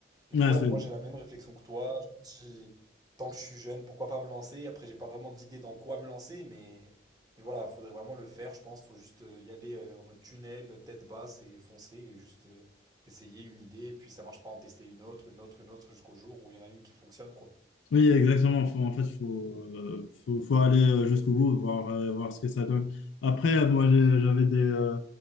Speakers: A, on the right; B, on the left.
A: Donc
B: Ouais,
A: ouais,
B: c'est
A: moi j'ai la même réflexion que toi. Je me dis, tant que je suis jeune, pourquoi pas me lancer? Après, j'ai pas vraiment d'idée dans quoi me lancer, mais, mais voilà, faudrait vraiment le faire, je pense. Faut juste euh, y aller euh, en mode tunnel, tête basse et foncer et juste euh, essayer une idée. Et puis ça marche pas, en tester une autre, une autre, une autre, jusqu'au jour où il y en a une qui fonctionne, quoi.
B: Oui, exactement. Faut- en fait, il faut, euh, faut, faut aller euh, jusqu'au bout, voir, euh, voir ce que ça donne. Après, euh, moi, j'ai- j'avais des, euh,